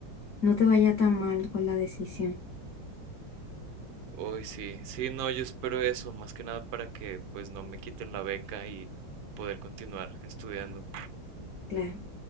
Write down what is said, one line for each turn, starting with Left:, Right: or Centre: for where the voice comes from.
Left: no te vaya tan mal con la decisión.
Right: Uy, sí, sí, no, yo espero eso, más que nada para que pues no me quiten la beca y poder continuar estudiando.
Left: Claro.